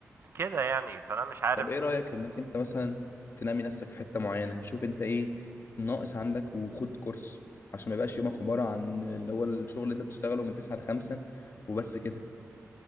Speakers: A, on the right; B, on the left.
A: كده يعني فانا مش عارف
B: طب ايه رايك انك انت مثلا تنمي نفسك في حته معينه شوف انت ايه ناقص عندك وخد كورس عشان ما يبقاش يومك عباره عن اللي هو الشغل اللي انت بتشتغله من 9 ل 5 وبس كده